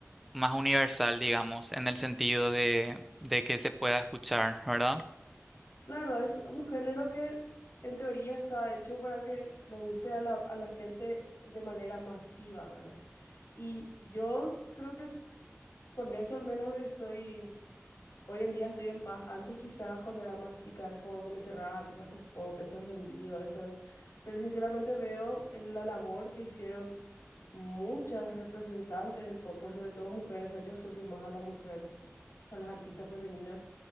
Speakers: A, in the centre; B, on the left (about 60°).
A: más universal, digamos, en el sentido de, de que se pueda escuchar, ¿verdad?
B: Claro, es un género que en teoría está hecho para que le guste a la, a la gente de manera masiva, ¿verdad? Y yo creo que con eso al menos estoy Hoy en día estoy en paz. Antes quizás cuando era más chica, como que me cerraba, tipo, esto es pop, esto es vendido, esto es... Pero sinceramente veo el- la labor que hicieron muchas representantes del pop, por sobre todo mujeres, o sea, yo asocio más a la mujer, a las artistas femeninas,